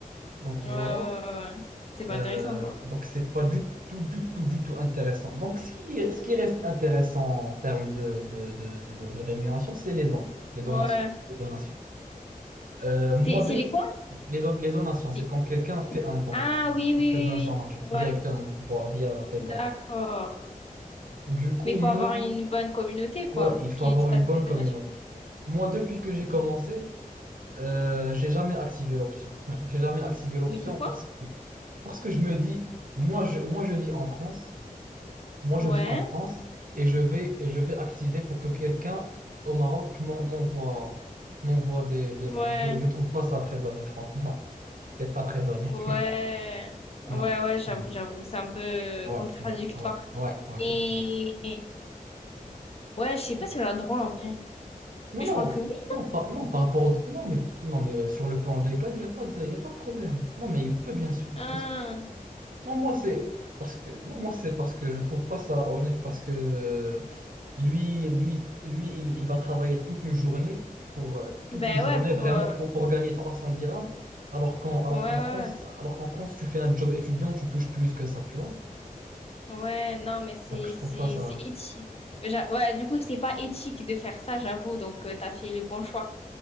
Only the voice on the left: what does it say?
Ouais, ouais,
ouais. ouais. C'est pas
intéressant, quoi.
Ouais.
C'est c'est
les quoi?
Les-
Ah
oui, oui,
oui,
oui. Ouais,
d'accord.
Mais il faut
avoir une bonne communauté, quoi,
pour
qu'ils
te fassent
des
donations.
Mm.
Mais pourquoi?
Ouais,
ouais,
ouais, ouais,
ouais, j'avoue,
j'avoue. C'est un peu
contradictoire.
Mais
ouais, je sais pas si on a le droit en vrai.
Mais
je crois que oui.
Ah,
ben
ouais, pour.
euh,
Ouais, ouais,
ouais. Ouais, non, mais c'est
c'est
c'est éthique. J'a- Ouais, du coup, c'est pas éthique de faire ça, j'avoue. Donc, euh, t'as fait le bon choix.